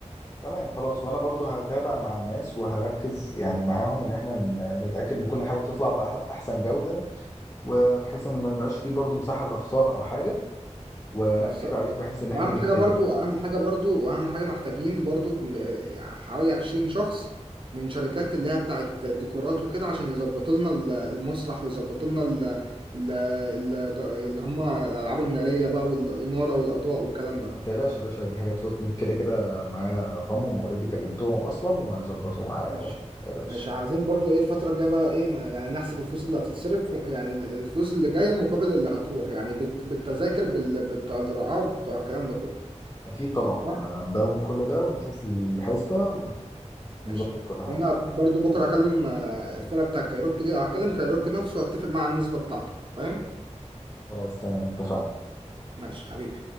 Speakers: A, on the left; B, on the right.
A: تمام خلاص وانا برضو هتابع مع الناس وهركز يعني معاهم ان احنا ن- نتاكد ان كل حاجه تطلع باحسن جوده وبحيث ان ما يبقاش فيه برضو مساحه لاخطاء او حاجه واكد
B: بالظبط
A: عليك بحيث ان
B: واهم
A: احنا نبتدي
B: حاجة برضو اهم حاجة برضو واهم حاجة محتاجين برضو م- يعني حوالي 20 شخص من شركات اللي هي بتاعة ديكورات وكده عشان يظبطوا لنا ال- المسرح ويظبطوا لنا ال... ال... ال... اللي هم الألعاب النارية بقى والإنارة والأضواء والكلام ده
A: ما تقلقش يا باشا دي حاجه تفوتني كده كده معايا رقمهم واوريدي كلمتهم اصلا وهيظبطوا معايا
B: ماشي
A: ما تقلقش
B: ماشي عايزين برضو ايه الفترة الجاية بقى ايه ما يعني نحسب الفلوس اللي هتتصرف يعني ال- الفلوس اللي جاية مقابل اللي هتروح يعني بالت- بالتذاكر بال- بتوع الرعاة وبتوع الكلام ده كله
A: اكيد طبعا
B: تمام
A: هندون كل ده ونشوف الحسبه
B: ماشي
A: ونظبط كل حاجه
B: وانا برضو بكرة هكلم آه، الفرقة بتاع كايروكي دي هكلم كايروكي نفسه واتفق معاه على النسبة بتاعته فاهم
A: خلاص تمام اتفقنا
B: ماشي حبيبي